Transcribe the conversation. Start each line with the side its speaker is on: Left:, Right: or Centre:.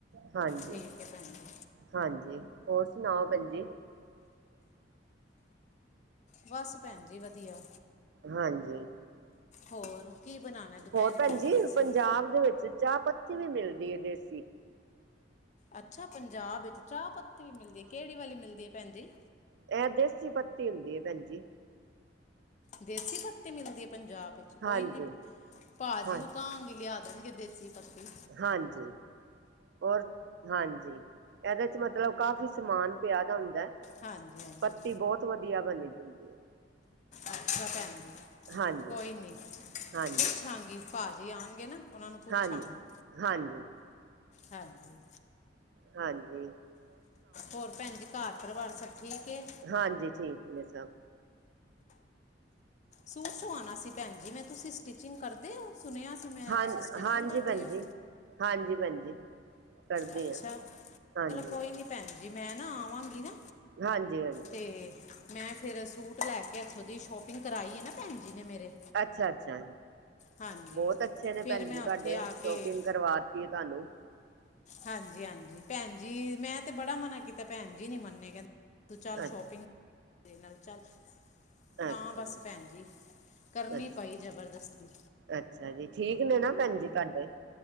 Right: ਹਾਂਜੀ,
Left: ਠੀਕ ਏ ਭੈਣ ਜੀ।
Right: ਹਾਂਜੀ ਹੋਰ ਸੁਣਾਓ ਭੈੈਣਜੀ।
Left: ਬਸ ਭੈਣ ਜੀ ਵਧੀਆ।
Right: ਹਾਂਜੀ
Left: ਹੋਰ ਕੀ ਬਣਾਉਣਾ ਹੈ ਦੁਪਹਿਰੇ
Right: ਹੋਰ ਭੈਣਜੀ
Left: ਭੈਣ ਜੀ ਤੁਸੀਂ
Right: ਪੰਜਾਬ ਦੇ ਵਿੱਚ ਚਾ ਪੱਤੀ ਵੀ ਮਿਲਦੀ ਏ ਦੇਸੀ।
Left: ਅੱਛਾ ਪੰਜਾਬ ਵਿੱਚ ਚਾ ਪੱਤੀ ਵੀ ਮਿਲਦੀ, ਕੇੜੀ ਵਾਲੀ ਮਿਲਦੀ ਏ ਭੈਣ ਜੀ।
Right: ਐ ਦੇਸੀ ਪੱਤੀ ਹੁੰਦੀ ਏ ਭੈਣ ਜੀ।
Left: ਦੇਸੀ ਪੱਤੀ ਮਿਲਦੀ ਏ ਪੰਜਾਬ ਵਿੱਚ,
Right: ਹਾਂਜੀ
Left: ਕੋਈ ਨੀ ਭਾਜੀ
Right: ਹਾਂ
Left: ਨੂੰ ਕਾਂ ਗੀ ਲਿਆ ਦੇਣਗੇ ਦੇਸੀ ਪੱਤੀ।
Right: ਹਾਂਜੀ। ਔਰ ਹਾਂਜੀ, ਐਦੇ'ਚ ਮਤਲਬ ਕਾਫ਼ੀ ਸਮਾਨ ਪਿਆ ਦਾ ਹੁੰਦਾ।
Left: ਹਾਂਜੀ ਹਾਂਜੀ
Right: ਪੱਤੀ ਬੋਤ ਵਧੀਆ ਬਣੀ ਦੀ ਹੁੰਦੀ ਏ।
Left: ਅੱਛਾ ਭੈਣ ਜੀ,
Right: ਹਾਂਜੀ
Left: ਕੋਈ ਨੀ। ਪੁਛਾਂਗੀ,
Right: ਹਾਂਜੀ
Left: ਭਾਜੀ ਆਣਗੇ ਨਾ, ਓਨਾਂ ਨੂੰ ਪੁੱਛਾਂਗੀ।
Right: ਹਾਂਜੀ ਹਾਂਜੀ
Left: ਹਾਂਜੀ।
Right: ਹਾਂਜੀ।
Left: ਹੋਰ ਭੈਣ ਜੀ, ਘਰ-ਪਰਵਾਰ ਸਭ ਠੀਕ ਏ।
Right: ਹਾਂਜੀ, ਠੀਕ ਨੇ ਸਭ।
Left: ਸੂਟ ਸਵਾਣਾ ਸੀ, ਭੈਣ ਜੀ ਮੈਂ ਤੁਸੀਂ ਸਟਿਚਿੰਗ ਕਰਦੇ ਓ? ਸੁਣਿਆ ਸੀ ਮੈਂ
Right: ਹਾਂ
Left: ਤੁਸੀਂ ਸਟਿਚਿੰਗ
Right: ਹਾਂਜੀ
Left: ਕਰਦੇ
Right: ਭੈਣ
Left: ਹੋ
Right: ਜੀ, ਹਾਂਜੀ ਭੈਣ ਜੀ। ਕਰਦੀ
Left: ਅੱਛਾ
Right: ਹਾਂ ਹਾਂਜੀ
Left: ਚਲੋ ਕੋਈ ਨੀ ਭੈਣ ਜੀ, ਮੈਂ ਨਾ ਆਵਾਂਗੀ ਨਾ।
Right: ਹਾਂਜੀ-ਹਾਂਜੀ।
Left: ਤੇ ਮੈਂ ਫੇਰ ਸੂਟ ਲੈ ਕੇ, ਏਥੋਂ ਦੀ ਸ਼ੋਪਿੰਗ ਕਰਾਈ ਏ ਨਾ, ਭੈਣਜੀ ਨੇ ਮੇਰੇ।
Right: ਅੱਛਾ-ਅੱਛਾ,
Left: ਹਾਂਜੀ
Right: ਬੋਤ ਅੱਛੇ ਨੇ
Left: ਫਿਰ
Right: ਭੈਨਜੀ
Left: ਮੈਂ
Right: ਤੁਆਡੇ,
Left: ਉੱਥੇ ਆ ਕੇ
Right: ਸ਼ੋਪਿੰਗ ਕਰਵਾ ਤੀ ਤਾਨੂੰ
Left: ਹਾਂਜੀ-ਹਾਂਜੀ, ਭੈਣ ਜੀ, ਮੈਂ ਤੇ ਬੜਾ ਮਨਾ ਕੀਤਾ, ਭੈਨ ਜੀ ਨੀ ਮੰਨੇ, ਕੈਂਦੇ, ਤੂੰ ਚੱਲ
Right: ਅੱਛਾ
Left: ਸ਼ੋਪਿੰਗ ਚੱਲ ਤਾਂ
Right: ਅੱਛਾ
Left: ਬਸ
Right: ਜੀ
Left: ਭੈਨਜੀ, ਕਰਨੀ
Right: ਅੱਛਾ
Left: ਪਈ ਜਬਰਦਸਤੀ।
Right: ਅੱਛਾ ਜੀ, ਠੀਕ ਨੇ ਨਾ ਭੈਨਜੀ ਤਾਡੇ।